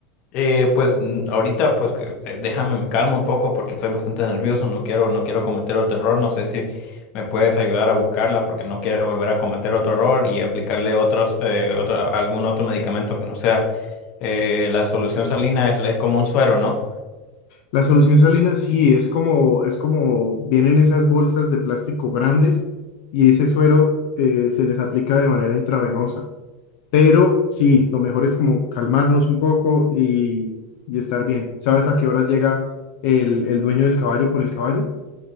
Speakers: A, on the left; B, on the left.
A: Eh, pues mm, ahorita, pues que- que déjame, me calmo un poco porque estoy bastante nervioso, no quiero, no quiero cometer otro error, no sé si me puedes ayudar a buscarla porque no quiero volver a cometer otro error y aplicarle otros, eh, otra- algún otro medicamento que no sea. Eh, la solución salina es, es como un suero, ¿no?
B: La solución salina sí es como, es como vienen esas bolsas de plástico grandes y ese suero eh, se les aplica de manera intravenosa. Pero sí, lo mejor es como calmarnos un poco y, y estar bien. ¿Sabes a qué horas llega el, el dueño del caballo por el caballo?